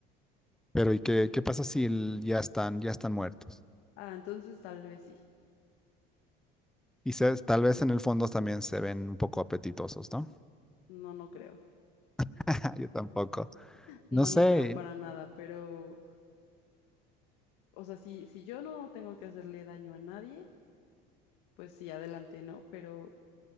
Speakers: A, in the centre; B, on the left (about 75°).
A: pero ¿y qué, qué pasa si el- ya están, ya están muertos?
B: Ah, entonces tal vez sí.
A: Y se- tal vez en el fondo también se ven un poco apetitosos, ¿no?
B: No, no creo.
A: <laughs> Yo tampoco.
B: No,
A: No sé.
B: no creo para nada, pero, o sea, si, si yo no tengo que hacerle daño a nadie, pues sí, adelante, ¿no? Pero,